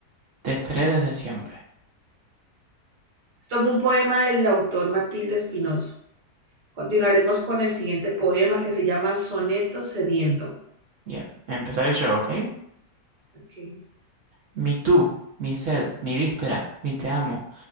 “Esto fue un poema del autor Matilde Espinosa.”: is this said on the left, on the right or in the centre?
Right